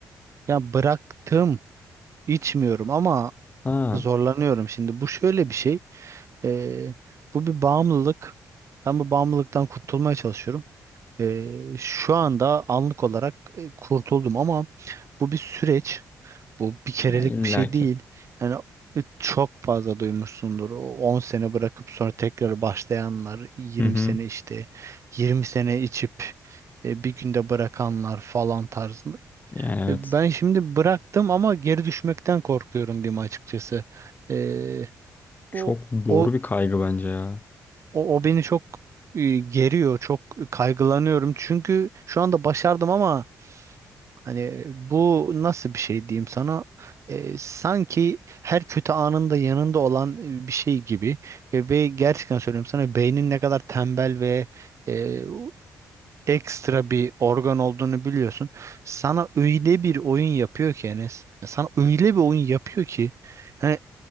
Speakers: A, on the right (about 45°); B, on the left (about 25°).
A: ya bıraktım, içmiyorum ama
B: Ha,
A: zorlanıyorum. Şimdi bu şöyle bir şey. Ee, bu bir bağımlılık. Ben bu bağımlılıktan kurtulmaya çalışıyorum. Ee, şu anda anlık olarak e, kurtuldum ama bu bir süreç. Bu bir kerelik
B: yani illaki.
A: bir şey değil. Yani e, çok fazla duymuşsundur. O 10 sene bırakıp sonra tekrar başlayanlar, yirmi
B: Hı hı.
A: sene işte, 20 sene içip e, bir günde bırakanlar falan tarzında.
B: Yani evet.
A: E, ben şimdi bıraktım ama geri düşmekten korkuyorum diyeyim açıkçası. Ee,
B: Çok
A: o
B: doğru
A: o
B: bir kaygı bence ya.
A: O, o beni çok e, geriyor, çok kaygılanıyorum. Çünkü şu anda başardım ama hani bu nasıl bir şey diyeyim sana? E, sanki her kötü anında yanında olan e, bir şey gibi. E, ve gerçekten söylüyorum sana beynin ne kadar tembel ve e, ekstra bir organ olduğunu biliyorsun. Sana öyle bir oyun yapıyor ki Enes. Sana öyle bir oyun yapıyor ki. Hani